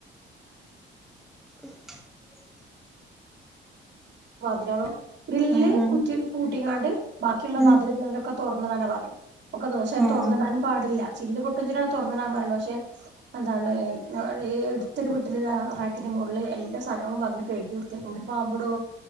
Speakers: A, in the centre; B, on the right (about 60°).
A: <unintelligible>
B: വാതിരാളോ ഗ്രിൽ
A: ആഹ്
B: കുറ്റിയി പൂട്ടിങ്ങാണ്ട് ബാക്കിയുള്ള
A: ആഹ്
B: വാതിലും ജനലൊക്കെ തുറന്നിടാനാ പറഞ്ഞേ ഒക്കെ ദോശ
A: ആഹ്
B: തുറന്നിടാനും പാടില്ല ചില്ല് പൊട്ടുഞ്ചിര തുറന്നടാൻ പറയണെ പക്ഷെ എന്താണ് ഈയടുത്തൊരു വീട്ടില് റാ റാക്കി മുള്ളെ എല്ലാസാധനവും വന്ന് കഴുകി വൃത്തിയാക്കുമ്പ ഒരു പാമ്പെടോ